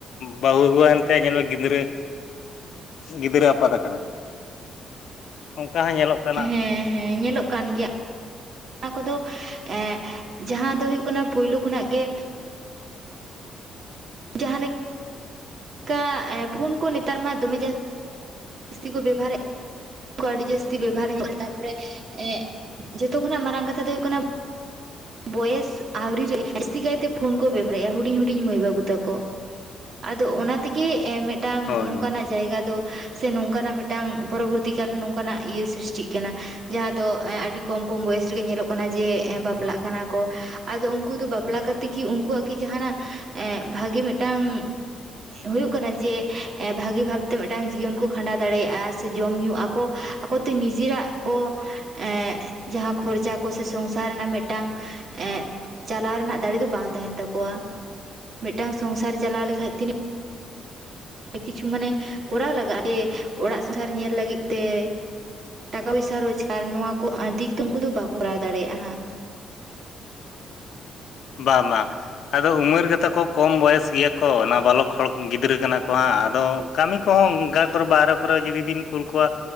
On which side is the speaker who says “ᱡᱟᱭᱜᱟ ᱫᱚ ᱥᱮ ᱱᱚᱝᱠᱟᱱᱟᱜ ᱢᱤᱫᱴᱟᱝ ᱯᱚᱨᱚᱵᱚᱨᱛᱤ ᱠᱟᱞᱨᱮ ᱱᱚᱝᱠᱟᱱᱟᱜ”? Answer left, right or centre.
Right